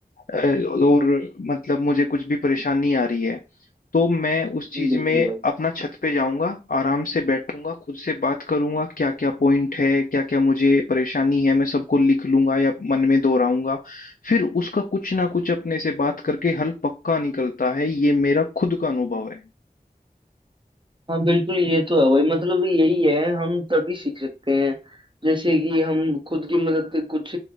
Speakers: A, on the left; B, on the right.
A: अ, और मतलब मुझे कुछ भी परेशानी आ रही है तो मैं उस चीज
B: बिल्कुल
A: में
B: भाई
A: अपना छत पे जाऊंगा आराम से बैठूंगा खुद से बात करूंगा क्या क्या पॉइंट है क्या क्या मुझे परेशानी है मैं सबको लिख लूंगा या मन में दोहराऊंगा फिर उसका कुछ ना कुछ अपने से बात करके हल पक्का निकलता है ये मेरा खुद का अनुभव है
B: हाँ बिल्कुल ये तो है भाई मतलब यही है हम तभी सीख सकते हैं जैसे कि हम खुद की मदद से कुछ